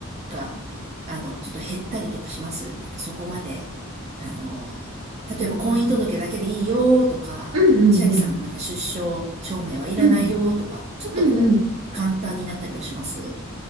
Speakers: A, on the right (about 30°); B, on the right (about 65°).
A: が、あの、ちょっと減ったりとかします。なんかそこまで、あの、例えば婚姻届だけでいいよとか、
B: うん、うんうんうん。
A: 千秋さんのなんか出生証明はいらないよとか、
B: うん。
A: ちょっとこう、
B: うんうん。
A: 簡単になったりはします